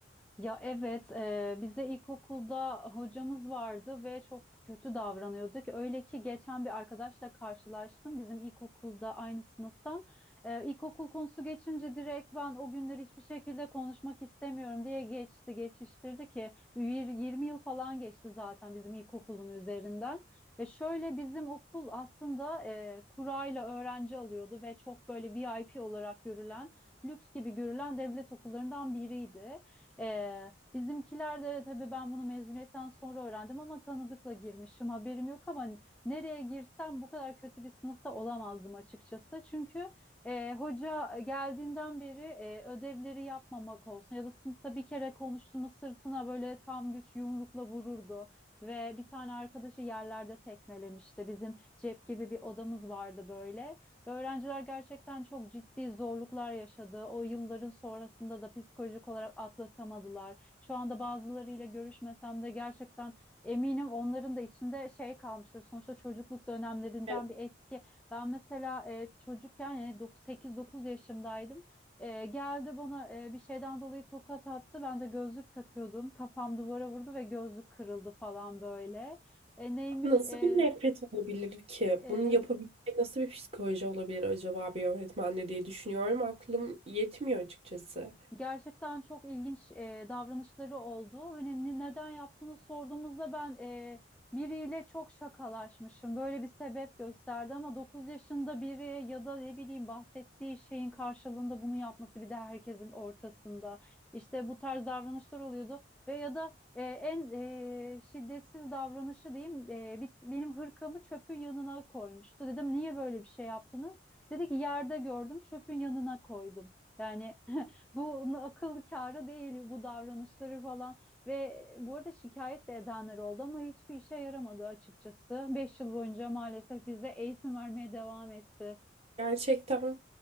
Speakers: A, in the centre; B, on the right.
A: Ya evet, e, bize ilkokulda hocamız vardı ve çok kötü davranıyorduk. Öyle ki geçen bir arkadaşla karşılaştım bizim ilkokulda aynı sınıftan. E, ilkokul konusu geçince direkt ben o günleri hiçbir şekilde konuşmak istemiyorum diye geçti, geçiştirdi ki yir- 20 yıl falan geçti zaten bizim ilkokulun üzerinden. Ve şöyle bizim okul aslında e, kurayla öğrenci alıyordu ve çok böyle VIP olarak görülen, lüks gibi görülen devlet okullarından biriydi. Ee, bizimkiler de tabii ben bunu mezuniyetten sonra öğrendim ama tanıdıkla girmişim haberim yok ama nereye girsem bu kadar kötü bir sınıfta olamazdım açıkçası. Çünkü e, hoca geldiğinden beri e, ödevleri yapmamak olsun ya da sınıfta bir kere konuştuğumu sırtına böyle tam güç yumrukla vururdu ve bir tane arkadaşı yerlerde tekmelemişti. Bizim cep gibi bir odamız vardı böyle. Ve öğrenciler gerçekten çok ciddi zorluklar yaşadı. O yılların sonrasında da psikolojik olarak atlatamadılar. Şu anda bazılarıyla görüşmesem de gerçekten eminim onların da içinde şey kalmıştır. Sonuçta çocukluk dönemlerinden
B: Evet.
A: bir etki. Ben mesela e, çocukken yani 8-9 yaşımdaydım. E, geldi bana e, bir şeyden dolayı tokat attı. Ben de gözlük takıyordum. Kafam duvara vurdu ve gözlük kırıldı falan böyle. E, neymiş?
B: Nasıl
A: E,
B: bir nefret olabilir ki?
A: e,
B: Bunu yapabilecek nasıl bir psikoloji olabilir acaba bir öğretmenle diye düşünüyorum. Aklım yetmiyor açıkçası.
A: Gerçekten çok ilginç e, davranışları oldu. Hani ne- neden yaptığını sorduğumuzda ben e, biriyle çok şakalaşmışım. Böyle bir sebep gösterdi ama 9 yaşında biri ya da ne bileyim bahsettiği şeyin karşılığında bunu yapması bir de herkesin ortasında. İşte bu tarz davranışlar oluyordu ve ya da e, en e, şiddetsiz davranışı diyeyim e, bit- benim hırkamı çöpün yanına koymuştu. Dedim niye böyle bir şey yaptınız? Dedi ki yerde gördüm çöpün yanına koydum. Yani <laughs> Bu akıl kârı değil bu davranışları falan ve bu arada şikayet de edenler oldu ama hiçbir işe yaramadı açıkçası. beş yıl boyunca maalesef bize eğitim vermeye devam etti.
B: Gerçekten